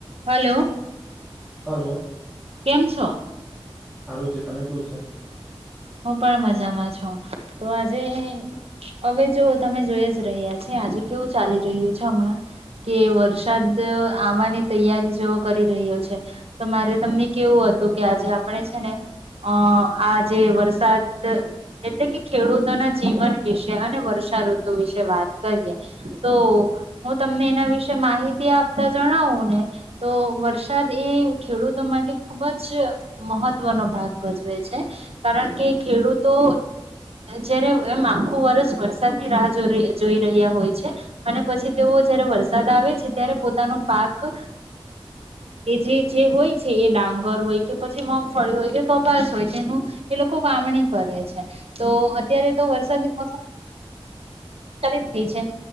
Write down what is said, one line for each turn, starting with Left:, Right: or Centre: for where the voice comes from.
Right: Hello.
Centre: Hello.
Right: કેમ છો.
Centre: હારું છે તને કેવું છે.
Right: હું પણ મજામાં છું તો આજે હવે જો તમે જોઈ જ રહ્યા છે આજે કેવું ચાલી રહ્યું છે હમણાં કે વરસાદ આવાની તૈયારી જેવો કરી રહ્યો છે તો મારે તમને કેવું હતું કે આજે આપણે છે ને અ આજે વર વરસાદ એટલે કે ખેડૂતોના જીવન વિશે અને વર્ષાઋતુ વિશે વાત કરીએ તો હું તમને એના વિશે માહિતી આપતા જણાવુ ને તો વરસાદ એ ખેડૂતો માટે ખુબ જ મહત્વનો ભાગ ભજવે છે કારણ કે ખેડૂતો જયારે એમ આખુ વર્ષ વરસાદની રાહ જો જોઈ રહ્યા હોય છે અને પછી તેઓ જયારે વરસાદ આવે છે ત્યારે પોતાનો પાક એ જે જે હોય છે એ ડાંગર હોય કે પછી મગફળી હોય કે કપાસ હોય તેનું એ લો. વામણી કરે છે તો અત્યારે તો વરસાદની મોસમ રહી